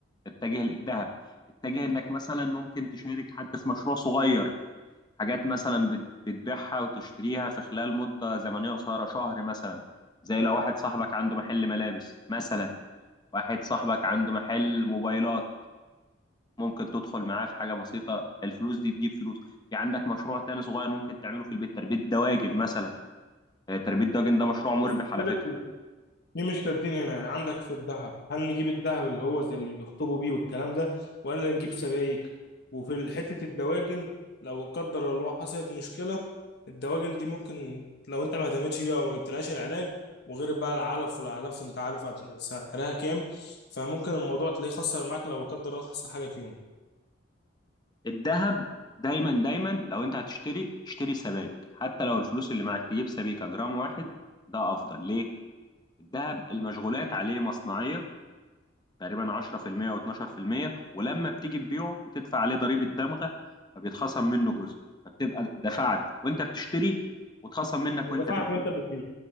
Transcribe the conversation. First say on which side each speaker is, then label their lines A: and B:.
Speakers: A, on the left; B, on the left.
A: اتجه للذهب اتجه انك مثلا ممكن تشارك حد في مشروع صغير حاجات مثلا بت- بتبيعها وتشتريها في خلال مده زمنيه قصيره شهر مثلا زي لو واحد صاحبك عنده محل ملابس مثلا واحد صاحبك عنده محل موبايلات ممكن تدخل معاه في حاجه بسيطه الفلوس دي تجيب فلوس في عندك مشروع تاني صغير ممكن تعمله في البيت تربيه دواجن مثلا آه، تربيه دواجن ده مشروع مربح
B: بس
A: على
B: مشكلة
A: فكره
B: دي مشكلتين هنا يعني عندك في الذهب هل نجيب الذهب اللي هو زي اللي بيخطبوا بيه والكلام ده ولا نجيب سبائك وفي حتة الدواجن لو قدر الله حصلت مشكلة الدواجن دي ممكن لو انت ما اهتمتش بيها وما جبتلهاش العلاج وغير بقى العلف والعلف انت عارف هت- سعرها كام فممكن الموضوع تلاقيه خسر معاك لو لا قدر الله حصل حاجة فيهم
A: الذهب دايما دايما لو انت هتشتري اشتري سبائك حتى لو الفلوس اللي معاك تجيب سبيكه جرام واحد ده افضل ليه الذهب المشغولات عليه مصنعيه تقريبا 10% و12% ولما بتيجي تبيعه بتدفع عليه ضريبه دمغه فبيتخصم منه جزء فبتبقى دفعت وانت بتشتري واتخصم منك
B: ودفعت
A: وانت بتبيع
B: وانت بتبيع